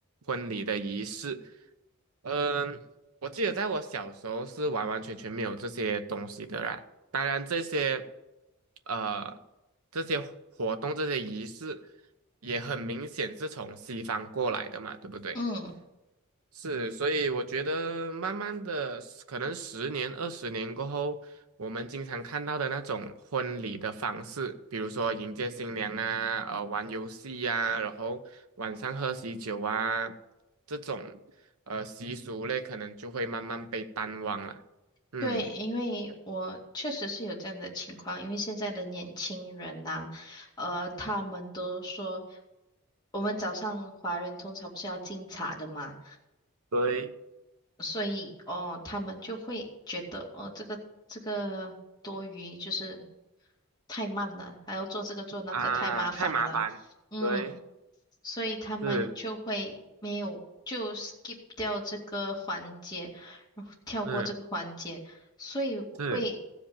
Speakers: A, on the right; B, on the left.
A: 婚礼的仪式。嗯、我记得在我小时候是完完全全没有这些东西的啦。当然，这些呃这些活动、这些仪式也很明显是从西方过来的嘛，对不对？
B: 嗯，
A: 是，所以我觉得慢慢的，可能十年、二十年过后，我们经常看到的那种婚礼的方式，比如说迎接新娘啊，呃，玩游戏呀、然后晚上喝喜酒啊，这种呃习俗类，可能就会慢慢被淡忘了。嗯，
B: 对，因为我确实是有这样的情况，因为现在的年轻人呐、呃，他们都说，我们早上华人通常不是要敬茶的嘛。
A: 对
B: 所以哦，他们就会觉得哦，这个这个多余，就是太慢了，还要做这个做那个，
A: 啊，
B: 太麻烦了。
A: 太麻烦。
B: 嗯，
A: 对，
B: 所以他们就会没有就
A: 是，
B: skip 掉这个环节，然后跳过这个环节，
A: 嗯，
B: 所以会
A: 是。